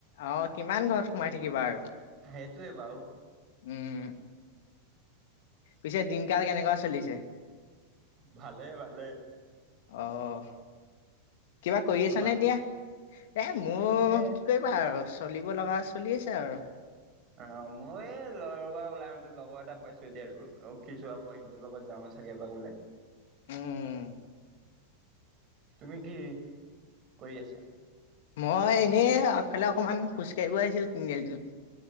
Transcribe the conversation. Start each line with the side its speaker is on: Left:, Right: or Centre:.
Left: অ', কিমান ঘৰত সোমাই থাকিবা আৰু।
Right: সেইটোৱে, বাউ।
Left: উম পিছে দিনকাল কেনেকুৱা চলিছে
Right: ভালে ভালে
Left: অহ অহ কিবা কৰি
Right: তোমাৰ
Left: আছানে এতিয়া এ মোৰ
Right: এ
Left: কি কৰিবা আৰু চলিব লগা চলি আছে আৰু
Right: অ মই এই লৰব ওলাই আহোতে লগৰ এটা পাইছোঁ এতিয়া আৰু ৰখিছো আকৌ এ লগত যাওঁ চাগে এবাক ওলাই
Left: উম
Right: তুমি কি কৰি আছা
Left: মই এনেই আগফালে অকণমান খোজকাঢ়িব আহিছিলোঁ তিনিআলিত